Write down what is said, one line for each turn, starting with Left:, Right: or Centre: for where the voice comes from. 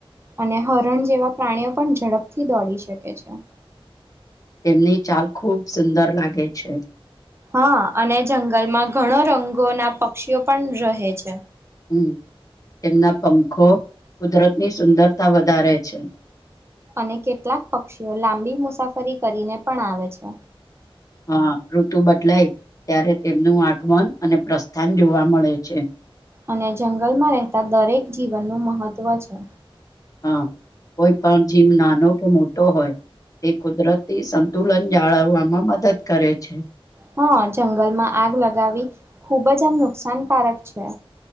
Right: અને હરણ જેવા પ્રાણીઓ પણ ઝડપથી દોડી શકે છે.
Left: તેમની ચાલ ખૂબ સુંદર લાગે છે.
Right: હા અને જંગલમાં ઘણો રંગોના પક્ષીઓ પણ રહે છે.
Left: હમ્મ. તેમના પંખો કુદરતની સુંદરતા વધારે છે.
Right: અને કેટલાક પક્ષીઓ લાંબી મુસાફરી કરીને પણ આવે છે.
Left: હા, ઋતુ બદલાય ત્યારે તેમનું આગમન અને પ્રસ્થાન જોવા મળે છે.
Right: અને જંગલમાં રહેતા દરેક જીવનનું મહત્ત્વ છે.
Left: હા, કોઈ પણ જીવ નાનો કે મોટો હોય તે કુદરતી સંતુલન જાળવવામાં મદદ કરે છે.
Right: હા, જંગલમાં આગ લગાવી ખુબ જ આમ નુકસાનકારક છે.